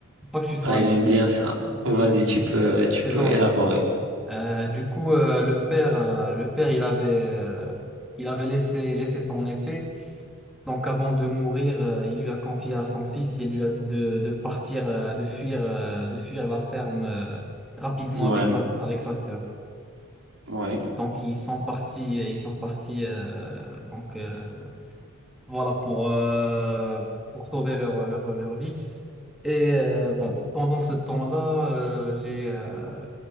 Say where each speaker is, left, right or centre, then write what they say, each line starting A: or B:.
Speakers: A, in the centre; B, on the right.
A: pas que tu sois.
B: Ah j'aime
A: li-
B: bien ça. Vas-y,
A: Hmm,
B: tu peux, tu
A: t'es
B: peux
A: dangereux.
B: élaborer.
A: Euh, du coup, euh, le père, euh, le père, il avait, euh, il avait laissé, laissé son épée. Donc avant de mourir, euh, il lui a confié à son fils et lui a dit de, de partir, euh, de fuir, euh, de fuir la ferme euh, rapidement
B: Ouais,
A: avec sa, avec sa sœur.
B: ouais,
A: Donc ils sont partis, ils sont partis. euh, donc euh, voilà pour euh, pour sauver leur leur, leur vie. Et euh, bon, pendant ce temps-là, euh, les, euh,